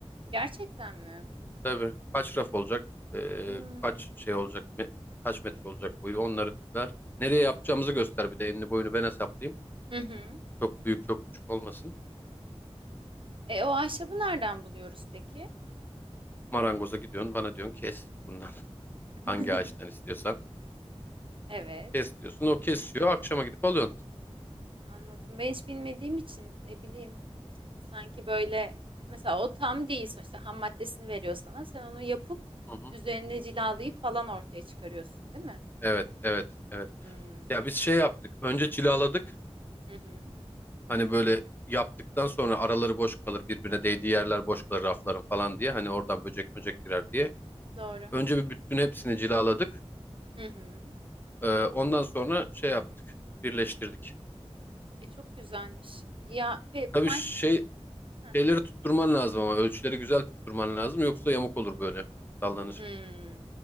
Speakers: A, on the right; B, on the left.
A: Gerçekten mi?
B: Tabii kaç raf olacak, eee,
A: Hmm.
B: kaç şey olacak, me- kaç metre olacak boyu onları ver. Nereye yapacağımızı göster bir de enini boyunu ben hesaplayayım.
A: Hı hı.
B: Çok büyük çok küçük olmasın.
A: E o ahşabı nereden buluyoruz peki?
B: Marangoza gidiyorsun bana diyorsun kes bundan <laughs>
A: <laughs>
B: hangi ağaçtan istiyorsan.
A: Evet.
B: Kes diyorsun o kesiyor akşama gidip alıyorsun.
A: Anladım. Ben hiç bilmediğim için ne bileyim. Sanki böyle mesela o tam değil sonuçta ham maddesini veriyor sana. Sen onu yapıp
B: Hı hı.
A: üzerine cilalayıp falan ortaya çıkarıyorsun, değil mi?
B: Evet evet evet.
A: Hmm.
B: Ya biz şey yaptık önce cilaladık
A: Hı hı.
B: hani böyle yaptıktan sonra araları boş kalır birbirine değdiği yerler boş kalır rafların falan diye hani oradan böcek böcek girer diye.
A: Doğru.
B: Önce bir bütün hepsini cilaladık.
A: Hı hı.
B: Ee, ondan sonra şey yaptık, birleştirdik.
A: E çok güzelmiş. Ya pe
B: Tabii
A: ben
B: şey
A: ş- Heh.
B: şeyleri tutturman lazım ama ölçüleri güzel tutturman lazım yoksa yamuk olur böyle sallanır.
A: Hmm.